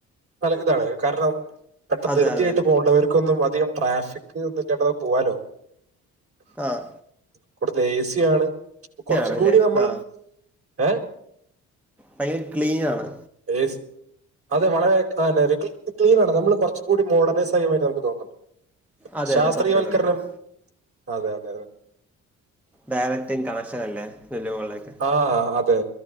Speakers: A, on the right; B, in the centre.
A: നല്ലെ ഇതാണ് കാരണം പെട്ട
B: അതെ
A: ധൃതിയായിട്ട്
B: അതെ
A: പോകേണ്ടവര് ക്കൊന്നും അധികം ട്രാഫിക് ഒന്നും ഇല്ലാണ്ട് പോവാലോ
B: ആഹ്
A: ഇവിടുത്ത ഏ സിയാണ് അപ്പ കൊറച്ചും
B: ആണല്ലേ
A: കൂടി നമ്മൾ
B: ആ
A: ഏഹ്
B: ഹൈ ക്ലീനാണ്
A: ഏസ് അതെ വളരെ ആഹ് ല്ലേ ലേക്കിൾ ക്ലീനാണ് നമ്മള് കൊറച്ച് കൂടി മോഡണൈസായ മാതിരി നമുക്ക് തോന്നും
B: അതെ
A: ശാസ്ത്രീയവൽക്കരണം
B: അതെ സത്യം സത്യം
A: അതെ അതെ അതെ
B: ഡയറക്ട് കണക്ഷനല്ലേ ലുലുമാളിലേക്ക്
A: ആഹ് അതെ